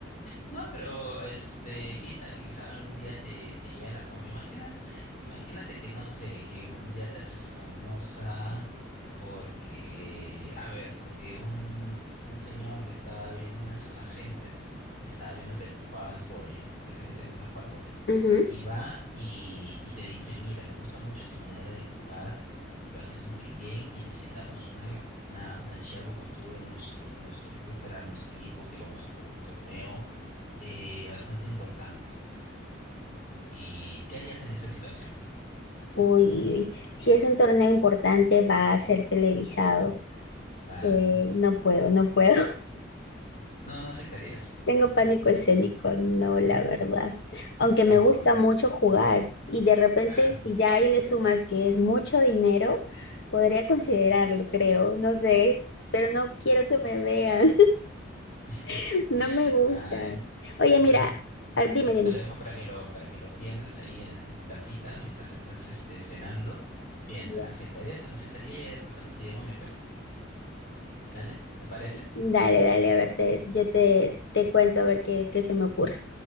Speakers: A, on the left; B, on the left.
A: No, pero este, quién sabe, quizá algún día te, te llega la fama. Imagina, imagínate que no sé, que un día te haces famosa porque, a ver, porque un, un señor que estaba viendo, uno de esos agentes, estaba viendo que tú jugabas vóley, porque sé que te gusta jugar vóley,
B: Ujú.
A: y va y, y te dice, mira, me gusta mucho tu manera de jugar lo haces muy bien y necesitamos una, una, una chica como tú en nuestro, en nuestro club, para nuestro equipo, que vamos a jugar un torneo eh, bastante importante. ¿Y qué harías en esa situación primero?
B: Uy, uy, uy. Si es un torneo importante, va a ser televisado.
A: Claro.
B: Eh, no puedo, no puedo.
A: No, no aceptarías.
B: Tengo pánico escénico, no, la verdad. Aunque me
A: Ah,
B: gusta mucho jugar y de repente
A: claro.
B: si ya ahí le sumas que es mucho dinero, podría considerarlo, creo, no sé, pero no quiero que me vean,
A: <laughs>
B: <laughs> no me gusta.
A: Ah, eh.
B: Oye,
A: Entonces,
B: mira, ah, dime,
A: esto
B: dime.
A: te lo dejo
B: <laughs>
A: para que lo, para que lo pienses ahí en, en tu casita mientras estás este, cenando. Piensa,
B: Ya.
A: ¿aceptarías o no aceptarías? Y después cuando te llamo me cuentas. ¿Dale? ¿Te parece?
B: Dale, dale, a ver, te- yo te, te cuento a ver qué, qué se me ocurre.